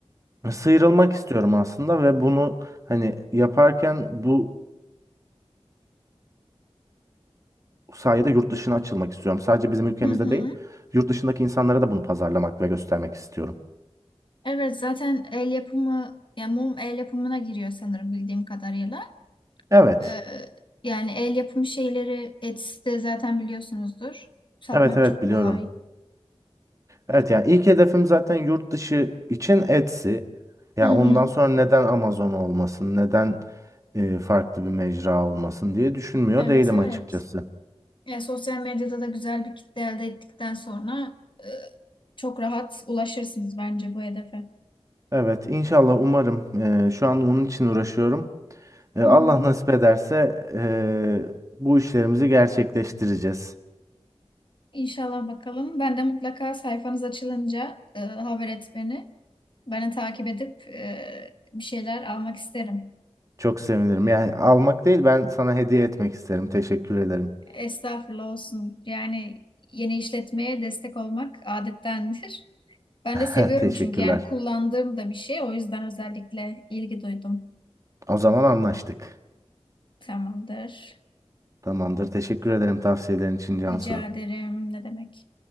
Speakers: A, on the right; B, on the left.
A: sıyrılmak istiyorum aslında ve bunu hani yaparken bu sayede yurt dışına açılmak istiyorum. Sadece bizim ülkemizde
B: Hı hı.
A: değil yurt dışındaki insanlara da bunu pazarlamak ve göstermek istiyorum.
B: Evet zaten el yapımı yani mum el yapımına giriyor sanırım bildiğim kadarıyla.
A: Evet
B: Ee, yani el yapımı şeyleri Etsy'de zaten biliyorsunuzdur. Satmak
A: evet evet
B: çok
A: biliyorum.
B: kolay. Ee,
A: Evet yani ilk hedefim zaten yurt dışı için Etsy. Yani
B: hı hı.
A: ondan sonra neden Amazon olmasın, neden e, farklı bir mecra olmasın diye düşünmüyor
B: Evet
A: değilim
B: evet.
A: açıkçası.
B: Ya sosyal medyada da güzel bir kitle elde ettikten sonra e, çok rahat ulaşırsınız bence bu hedefe.
A: Evet inşallah umarım e, şu an onun için uğraşıyorum. E, Allah
B: Hı hı.
A: nasip ederse e, bu işlerimizi gerçekleştireceğiz.
B: İnşallah bakalım. Ben de mutlaka sayfanız açılınca e, haber et beni. Beni takip edip e, bir şeyler almak isterim.
A: Çok sevinirim. Yani almak değil ben sana hediye etmek isterim. Teşekkür ederim.
B: Estağfurullah olsun. Yani yeni işletmeye destek olmak adettendir. Ben de seviyorum
A: <laughs> Teşekkürler.
B: çünkü yani kullandığım da bir şey. O yüzden özellikle ilgi duydum.
A: O zaman anlaştık.
B: Tamamdır.
A: Tamamdır. Teşekkür ederim tavsiyelerin için Cansu.
B: Rica ederim. Ne demek?